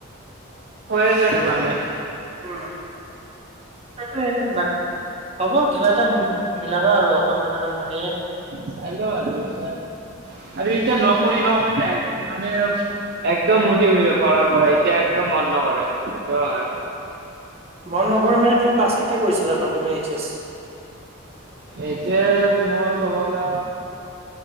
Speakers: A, on the right (about 50°); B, on the right (about 30°).
A: হৈ আছে <unintelligible> মানে।
B: উম, <unintelligible> হ'ব কিবা এটা মিলাবা আৰু অকনমানৰ কাৰনে।
A: চাই ল আৰু এতিয়া আৰু আৰু এতিয়া নকৰি নকৰি মানে। একদম উঠি পঢ়া পঢ়া এতিয়া একদম মন নকৰে সেইটোও হয়।
B: মন নকৰে মানে তুমি পিছ কে। কেতিয়া কৰিছিলা ন তুমি এইচ এছ।
A: এতিয়া মোৰ ক'ব গলে